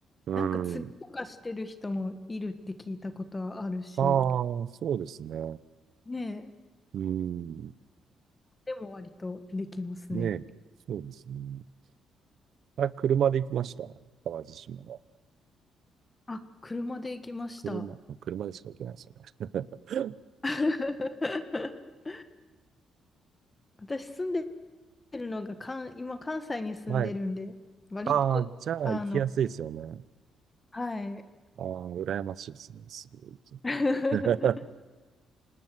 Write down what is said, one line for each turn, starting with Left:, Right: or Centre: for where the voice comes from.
Right: うん。
Left: なんか釣りとかしてる人もいるって聞いたことはあるし、
Right: ああ、そうですね。
Left: ねえ、
Right: うん。
Left: でも割とできますね。
Right: ねえ、そうですね。あ、車で行きました。淡路島は。
Left: あ、車で行きました。
Right: 車、まあ車でしか行けないですよね。
Left: <laughs> 私住んでるのが関、今関西に住んでるんで、
Right: <laughs> はい。
Left: 割と、
Right: ああ、じゃあ行きやすいですよね。
Left: あの、はい。
Right: ああ、羨ましいですね。すぐ行けて。
Left: <laughs>
Right: <laughs>